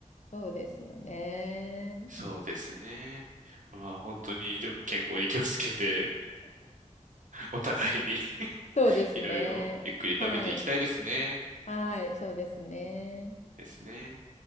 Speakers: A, on the left; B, on the right.
A: そうですよね。
B: そうですね。まあ本当に、でも健康に気をつけて、お互いに <laughs>
A: そうですね。
B: いろいろゆっくり食べていきたいですね。
A: はい、はい、そうですね。
B: ですね。